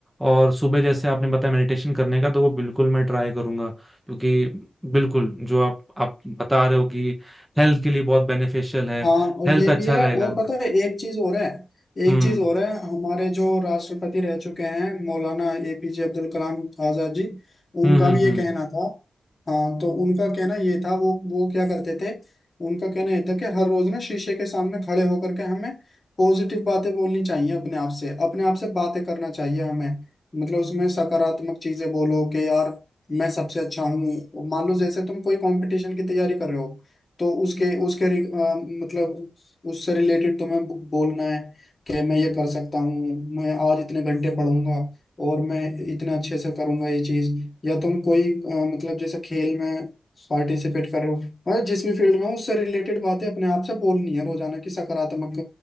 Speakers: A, in the centre; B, on the left (about 30°).
A: और सुबह जैसे आपने बताया मेडिटेशन करने का तो वो बिल्कुल मैं ट्राई करूंगा क्योंकि बिल्कुल जो आप आप बता रहे हो कि हेल्थ के लिए बहुत बेनिफिशियल है
B: हाँ और
A: हेल्थ
B: ये
A: अच्छा
B: भी है
A: रहेगा
B: और पता है एक चीज और है एक
A: हम्म
B: चीज और है हमारे जो राष्ट्रपति रह चुके हैं मौलाना एपीजे अब्दुल कलाम आजाद जी उनका
A: हम्म हम्म
B: भी ये
A: हम्म
B: कहना था हाँ तो उनका कहना ये था वो वो क्या करते थे उनका कहना ये था कि हर रोज ना शीशे के सामने खड़े होकर के हमें पॉजिटिव बातें बोलनी चाहिए अपने आप से अपने आप से बातें करना चाहिए हमें मतलब उसमें सकारात्मक चीजें बोलो कि यार मैं सबसे अच्छा हूँ मान लो जैसे तुम कोई कंपटीशन की तैयारी कर रहे हो तो उसके उसके रि- अ, मतलब उससे रिलेटेड तुम्हें ब- बोलना है कि मैं ये कर सकता हूँ मैं आज इतने घंटे पढ़ूंगा और मैं इतने अच्छे से करूंगा ये चीज या तुम कोई अ, मतलब जैसे खेल में पार्टिसिपेट कर रहे हो मतलब जिस भी फील्ड में हो उससे रिलेटेड बातें अपने आप से बोलनी है रोजाना की सकारात्मक